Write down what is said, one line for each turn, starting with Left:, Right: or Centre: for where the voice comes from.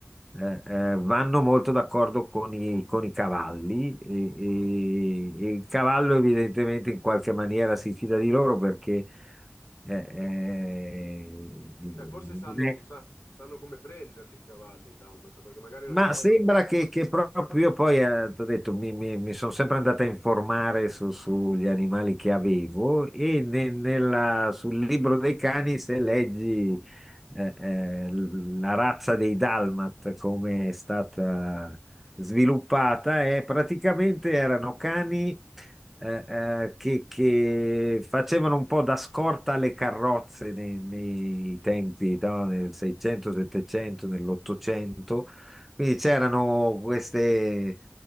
Centre: eh, eh, vanno molto d'accordo con i, con i cavalli e, e- e il cavallo evidentemente in qualche maniera si fida di loro perché eh, eh,
Left: Eh, forse sanno,
Centre: non è-
Left: sa- sanno come prenderli i cavalli dalmata, perché magari non
Centre: ma
Left: gli vanno
Centre: sembra
Left: dietro.
Centre: che, che proprio io poi, eh, t'ho detto, mi, sono sempre andata a informare su- sugli animali che avevo e ne- nella- sul libro dei cani, se leggi eh, eh, la razza dei Dalmat, come è stata sviluppata, è praticamente erano cani eh, eh, che, che facevano un po' da scorta alle carrozze nei, nei tempi, no? Nel 600, 700, nell'Ottocento quindi c'erano queste